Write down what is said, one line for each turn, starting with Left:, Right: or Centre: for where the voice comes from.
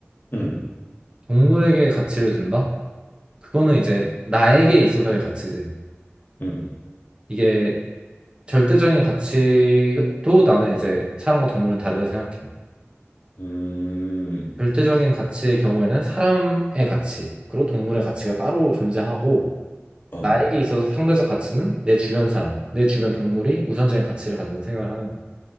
Left: 음,
Right: 동물에게 가치를 준다? 그거는 이제 나에게 있어서의 가치지.
Left: 음,
Right: 이게 절대적인 가치도 나는 이제 사람과 동물은 다르다고 생각해.
Left: 음.
Right: 절대적인 가치의 경우에는 사람의 가치, 그리고 동물의 가치가 따로 존재하고,
Left: 어,
Right: 나에게 있어서 상대적 가치는 내 주변 사람, 내 주변 동물이 우선적인 가치를 가진다고 생각을 하는 거.